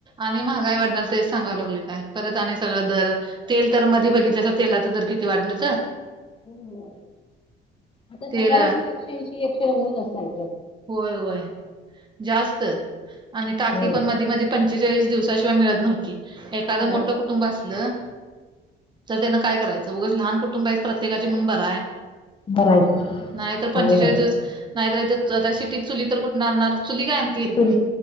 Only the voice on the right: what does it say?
आणि महागाई वाढणार तेच सांगावं लागले काय परत आणि सगळं दर. तेल तर मधी बघितलंस तेलाचं दर किती वाढलं तर.
तेल
होय होय जास्त आणि टाकी
पण मधी मध. पंचेचाळीस दिवसाशिवाय मिळत नव्ह एादं
मोठ. कुटुंब असलं तर त्यान काय करायचं उगंच लहान कुटुंब आहेत प्रत्येकाची मुून बरा आहे.
नाहीत पंचेचाळीस
दिवस नाहीतरथ. त्या सिटीत चुली तर कुठून आणणार चुली काय आणतील.